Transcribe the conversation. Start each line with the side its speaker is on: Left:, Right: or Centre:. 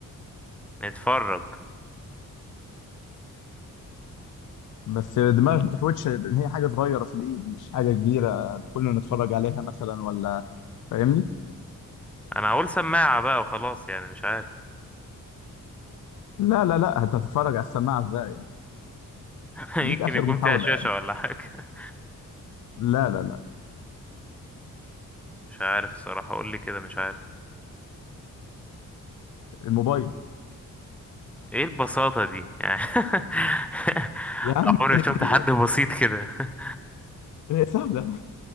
Centre: نتفرج
Left: بس الدماغ ما تحوتش إن هي حاجة صغيرة في الإيد مش حاجة كبيرة كلنا نتفرج عليها مثلا ولا فاهمني
Centre: انا هقول سماعة بقى وخلاص يعني مش عارف
Left: لا لا لا انت هتتفرج على السماعه ازاي يعني
Centre: <laughs> يمكن
Left: ليك اخر
Centre: يكون
Left: محاوله
Centre: فيها شاشة
Left: يعني
Centre: ولا حاجة
Left: لا لا لا
Centre: مش عارف الصراحة قول لي كده مش عارف
Left: الموبايل
Centre: ايه البساطة دي يعني <laughs>
Left: يا عم
Centre: عمري ما
Left: <laughs>
Centre: شفت حد بسيط كده <laughs>
Left: هي سهله